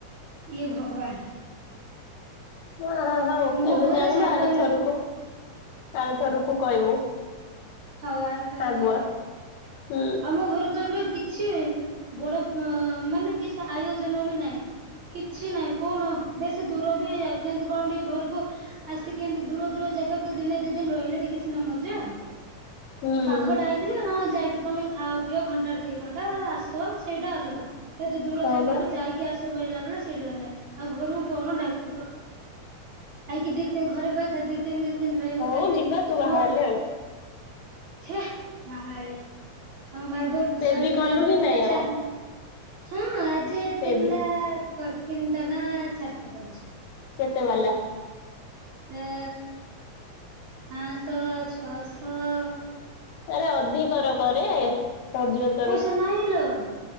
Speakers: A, on the right (about 65°); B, on the left (about 85°).
A: ଇଏ ଭଗବାନ।
B: ହ ହ ହଉ
A: ମୋ
B: ଏବେ
A: ଘରେ
B: ଜାଣିଲୁ
A: ଛାଡି
B: ଆର
A: ପାରିଲେ
B: ଥରକୁ ଆର ଥରକୁ କହିବୁ।
A: ହଉ ଆର ଥରକୁ
B: ଆଗୁଆ।
A: କହିବି।
B: ହୁଁ
A: ଆମ ଘରେ ତ ଏବେ କି କିଛି ବଡ ମାନେ କିଛି ଆୟୋଜନ ବି ନାହିଁ। କିଛି ନାହିଁ କଣ ବେଶୀ ଦୂର ବି ହେଇଯାଉଛି ଏମିତି କଣ ଟିକେ ଘରକୁ ଆସିକି ଏମିତି ଦୂର ଦୂର ଜାଗାକୁ ଦିନେ ଦି ଦିନ ରହିଲେ ଟିକେ ସିନା ମଜା।
B: ହୁଁ
A: ପାଖଟା ହେଇଥିଲେ ହଁ ଯାଇକି ତମେ ଖାଅ ପିଅ ଘଣ୍ଟାରେ ଦି ଘଣ୍ଟା ଆସ ସେଇଟା ଅଲଗା। ଏତେ ଦୂର
B: ହଁ
A: ଜାଗାକୁ
B: ପରା।
A: ଯାଇକି ଆସି ପାଇଲା ବେଳେ ସେଇଟା ନାହିଁ ଆଉ ଘରକୁ କଣ ଡାକିବି କହ। ଆଇକି ଦି ତିି ଘରେ କହିଥା ଦି ତିନି ଦିନ ଦିନ ରହିବାକୁ
B: ହଉ
A: ଆଇଲେ
B: ଯିବା ତୁ ବାହାରିଲେ
A: ଆମର
B: ଆଉ।
A: ସେ ବାହାଳେ ଆମ ମାର୍ବଲ
B: ପେବି
A: ସରି
B: କଲୁ
A: ମାର୍ବଲ
B: କି ନାଇଁ
A: ପକା
B: ଆଉ
A: ଚାଲି ହଁ ଆଜି
B: ପେବି
A: ତିନିଟା ତିନିଟା ନା ଚାରିଟା କରିଚି।
B: କେତେ ଗଲା?
A: ଏ ପାଁଶହ ଛଅଶହ ହଁ।
B: ଆରେ ଅଧିକ ର କରେ ସରିଯିବ
A: ପଇସା ନାହିଁ ଲୋ।